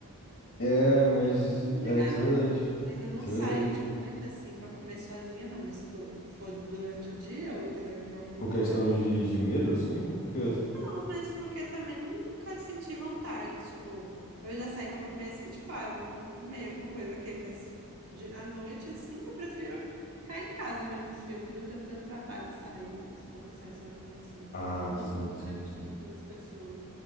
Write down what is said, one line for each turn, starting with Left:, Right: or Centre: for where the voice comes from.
Left: É, mas
Right: Não costumo ligar,
Left: é, isso
Right: não.
Left: é verdade.
Right: Mas eu não
Left: Isso
Right: saio
Left: é verdade.
Right: de noite assim pra comer sozinha, não. Mas se for, for durante o dia ou eu quiser comer alguma
Left: Por questão
Right: coisa.
Left: de, de medo, assim, porque.
Right: Não, mas porque também nunca senti vontade. Tipo, eu já saí pra comer assim, tipo, ah, eu vou comer alguma coisa, ok. Mas de, à noite assim, eu prefiro ficar em casa vendo um filme do que eu ter o trabalho de sair, se for pra sair sozinha assim,
Left: Ah,
Right: sabe? Não
Left: sim,
Right: necessariamente
Left: sim, sim.
Right: por conta das pessoas.